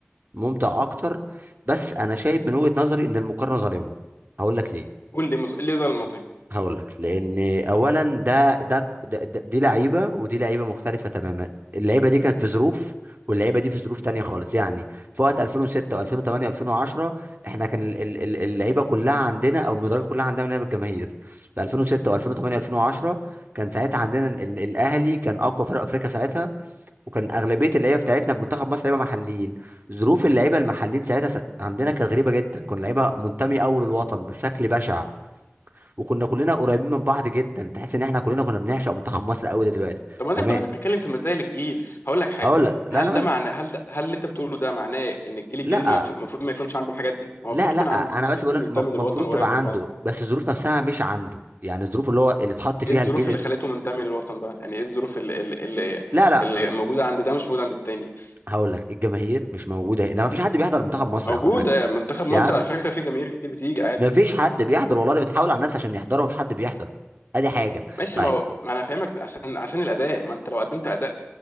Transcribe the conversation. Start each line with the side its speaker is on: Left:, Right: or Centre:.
Right: ممتع اكتر بس انا شايف من وجهه نظري ان المقارنه ظالمه هقول لك ليه
Left: قول لي مز... ليه ظل المطعم
Right: هقول لك لان اولا ده ده ده- ده- دي لعيبه ودي لعيبه مختلفه تماما اللعيبه دي كانت في ظروف واللعيبه دي في ظروف تانية خالص يعني في وقت 2006 و2008 و2010 احنا كان ال- ال- ال- اللعيبه كلها عندنا او المدرجات كلها عندنا لعيبه الجماهير في 2006 و2008 و2010 كان ساعتها عندنا ال- ال- الاهلي كان اقوى فرق افريقيا ساعتها وكان اغلبيه اللعيبه بتاعتنا في منتخب مصر لعيبه محليين ظروف اللعيبه المحليين ساعتها س- عندنا كانت غريبه جدا كنا لعيبه منتمي اول الوطن بشكل بشع وكنا كلنا قريبين من بعض جدا تحس ان احنا كلنا كنا بنعشق منتخب مصر قوي ده دلوقتي
Left: طب ما
Right: زمان
Left: ده كله انت بتتكلم في مزايا الجيل هقول لك حاجه
Right: اقول لك لا
Left: هل
Right: انا
Left: ده
Right: بس
Left: معناه هل ده... هل اللي انت بتقوله ده معناه ان الجيل الجديد
Right: لا
Left: ما يفو- المفروض ما يكونش عنده الحاجات دي؟ ما
Right: لا
Left: هو المفروض
Right: لا
Left: يكون عنده المفروض
Right: انا بس
Left: يكون
Right: بقول لك
Left: منتمي
Right: المفروض
Left: للوطن
Right: تبقى
Left: وقريب من
Right: عنده
Left: بعض
Right: بس الظروف نفسها مش عنده يعني الظروف اللي هو اللي اتحط فيها
Left: ايه الظروف
Right: الجيل
Left: اللي خلته منتمي للوطن بقى؟ يعني ايه الظروف اللي اللي, اللي
Right: لا لا
Left: اللي موجوده عند ده مش موجوده عند التاني؟
Right: هقول لك الجماهير مش موجوده هنا ما فيش حد بيحضر منتخب مصر
Left: موجودة
Right: يا عم الحاج
Left: منتخب مصر
Right: يا عم
Left: على فكرة في جماهير كتير بتيجي عادي
Right: ما فيش حد بيحضر والله ده بتحاول على الناس عشان يحضروا ما فيش حد بيحضر ادي حاجه
Left: ماشي
Right: طيب
Left: ما هو ما انا فاهمك عشان عشان الاداء ما انت لو قدمت اداء